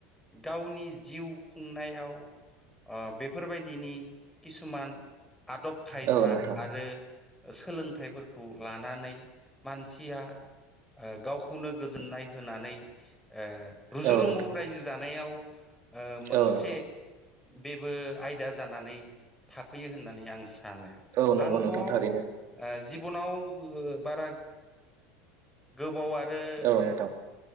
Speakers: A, in the centre; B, on the right.
A: गावनि जिउ खुंनायाव ओ बेफोरबायदिनि किसुमान आदब खायदा
B: औ नोंथां
A: आरो सोलोंथाइफोरखौ खौ लानानै मानसिया ओ गावखौनो गोजोननाय होनानै ओ रुजु
B: औ नोंथां
A: रुमु रायजो जानायाव ओ मोनसे
B: औ नोंथां
A: बेबो आयदा जानानै थाफैयो होननानै आं सानो सानो
B: औ नंगौ
A: आंथ'
B: नोंथां
A: ओ
B: थारैनो
A: जिबनाव बारा गोबाव आरो बो
B: औ नोंथां